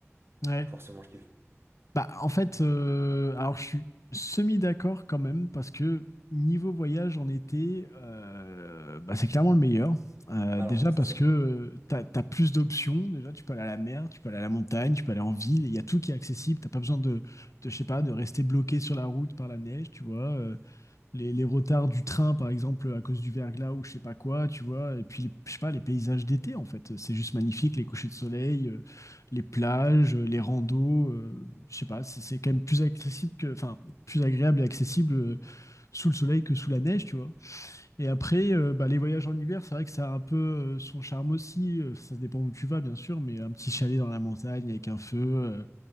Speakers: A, on the left; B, on the right.
A: Ouais.
B: forcément je kiffe.
A: Bah, en fait, euh, alors je suis semi-d'accord quand même, parce que niveau voyage en été, euh, bah, c'est clairement le meilleur. Euh,
B: Bah,
A: déjà
B: Alors, ça
A: parce
B: c'est
A: que tu as, plus d'options. Déjà, tu peux aller à la mer, tu peux aller à la montagne, tu peux aller en ville. Il y a tout qui est accessible. T'as pas besoin de, de, je sais pas, de rester bloqué sur la route par la neige, tu vois. euh, les, les retards du train, par exemple, à cause du verglas ou je sais pas quoi, tu vois. Et puis, je sais pas, les paysages d'été, en fait. C'est juste magnifique, les couchers de soleil, euh, les plages, euh, les randos. euh, je sais pas, c'est c'est quand même plus accessible que, enfin, plus agréable et accessible euh, sous le soleil que sous la neige, tu vois. Et après, euh, bah, les voyages en hiver, c'est vrai que ça a un peu euh, son charme aussi. Euh, ça dépend où tu vas, bien sûr, mais un petit chalet dans la montagne avec un feu, euh,